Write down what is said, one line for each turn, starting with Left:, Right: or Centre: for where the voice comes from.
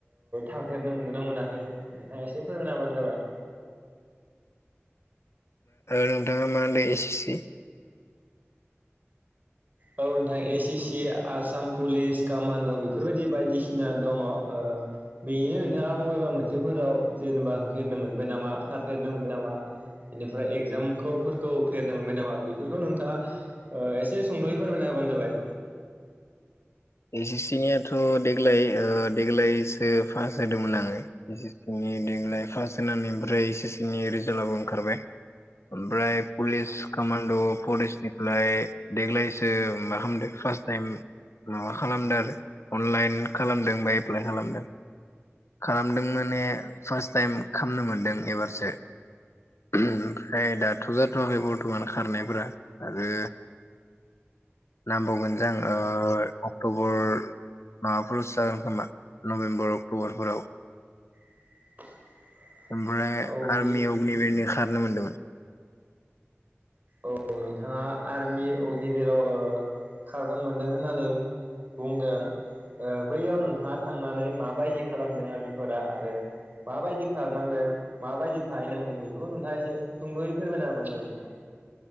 Right: थांफेरनो मोनदों मोनाखै नोंथाङा एसे फोरमायनाबानो जाबाय।
Left: नोंथाङा मा होनदो एसे सि
Right: औ नोंथां ए सि सि आसाम पुलिस कामान्ड' बेफोरबायदि बायदिसिना दङ ओ बेनो नोंथाङा बबेबा मोनसेफोराव जेनेबा होफेरनो मोनबाय नामा खारफेरनो मोनबाय नामा? बेनिफ्राय एगजामफोरखौ होफेरनो मोनबाय नामा बेफोरखौ नोंथाङा एसे सुंद'यै फोरमायना होबानो जाबाय।
Left: एस एस सि नियाथ' देग्लाय देग्लायसो पास जादोंमोन आङो एस एस सि नि देग्लाय फास्ट होनानै ओमफ्राय इस एस सि नि रिजाल्टआबो ओंखारबाय। ओमफ्राय पुलिस कामान्ड' फरेस्टनिफ्राय देग्लायसो मा खालामदों फार्स्ट टाइम माबा खालामदों आरो अनलाइन खालामदों बा एप्लाइ खालामदों। खालामदों माने फार्स्ट टाइम खालामनो मोनदों एबारसो। ओहोम ओमफ्राय दाथ' जाथ'वाखै बर्थमान खारनायफोरा आरो नांबावगोन जां ओ अक्ट'बर माबाफोरावसो जागोन खोमा नभेम्बर अक्ट'बरफोराव।
Right: <inaudible>
Left: ओमफ्राय
Right: औ बेनि
Left: आर्मि अगनिभिरनि खारनो मोनदोंमोन। <inaudible>
Right: औ नोंथाङा आर्मि अगनिभिराव ओ खारनो मोनदों होननानै बुंदों ओ बैयाव नोंथाङा थांनानै माबायदि खालामदों आर्मिफोरा आरो माबायदि खारनांदों माबायदि थाहैनांदों बेफोरखौ नोंथाङा एसे सुंद'यै फोरमायना होबानो जाबाय नोंथां।